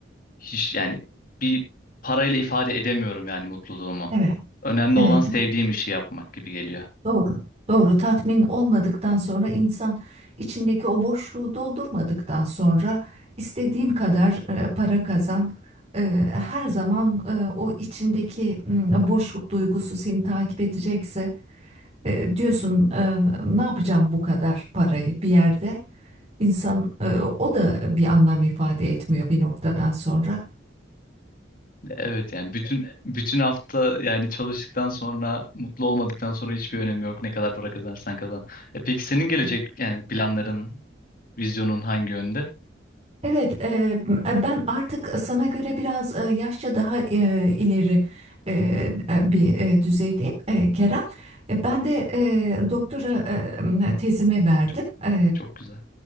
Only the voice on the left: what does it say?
hiç yani bir parayla ifade edemiyorum yani mutluluğumu.
Önemli
olan sevdiğim işi yapmak gibi geliyor.
Evet yani bütün bütün hafta yani çalıştıktan sonra mutlu olmadıktan sonra hiçbir önemi yok. Ne kadar para kazanırsan kazan. E peki senin gelecek
yani planların, vizyonun hangi yönde?
Çok
çok güzel.